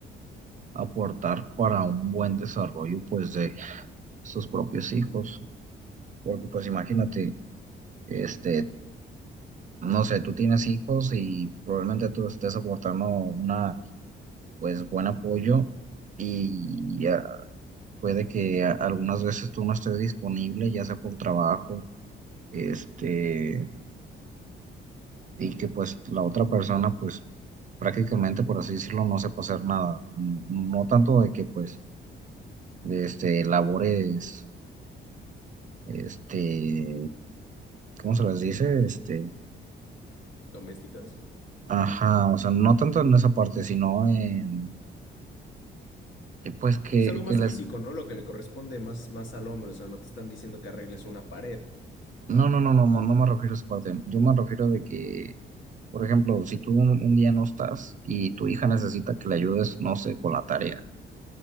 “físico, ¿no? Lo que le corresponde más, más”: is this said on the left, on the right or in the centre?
Left